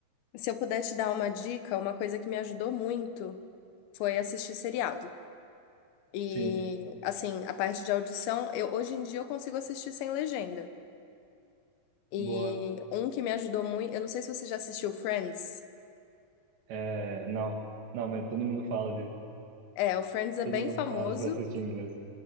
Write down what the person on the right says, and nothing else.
Sim,
boa.
É, não, não, mas todo mundo fala de,
todo
mundo
fala para assistir inglês.